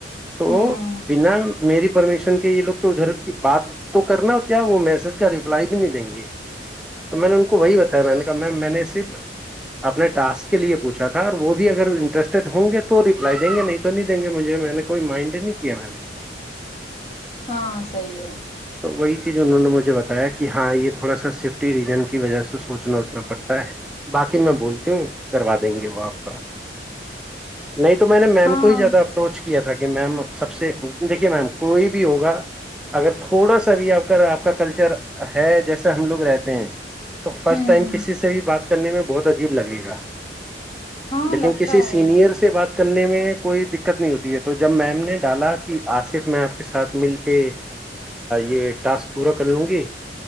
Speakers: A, in the centre; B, on the left.
A: تو
B: ہوں
A: بنا میری پرمیشن کے یہ لوگ تو ادھر کی بات تو کرنا ہو کیا وہ میسج کا رپلائی بھی نہیں دیں گے میں نے ان کو وہی بتایا میں نے کہا م میں نے صرف اپنے ٹسک کے لیے پوچھا تھا اور وہ بھی اگر انٹرسٹیڈ ہوں گے تو رپلائی دیں گے نہیں تو نہیں دیں گے مجھے میں نے کوئی مائنڈ نہیں کیا مم
B: ہاں صی ہے
A: وہی چیز انہوں نے مجھے بتایا کہ ہاں یہ تھوڑا سا سیفٹی ریجن کی وجہ سے سوچنا اوچنا پڑتا ہے باقی میں بولتی ہوں کروا دیں گے وہ آپ کا نہیں تو میں نے میم
B: ہاں
A: کو ہی زیادہ اپروچ کیا تھا ج میم سب سے دیکھیے میم کوئی بھی ہوگا اگر تھوڑا سا بھی آپ کا آپ کا کلچر ہے جیسے ہم لوگ رہتے ہیں تو فرسٹ
B: ہوں
A: ٹائم کسی سے بھی بات کرنے میں بہت عجیب لگے گا
B: ہاں
A: لیکن
B: لگتا
A: کسی سینئر
B: ہے
A: سے بات کر کرنے میں کوئی دقت نہیں ہوتی ہے تو جب میم نے ڈالا کہ آصف میں آپ کے ساتھ مل کے یہ ٹاسک پورا کر لوں گی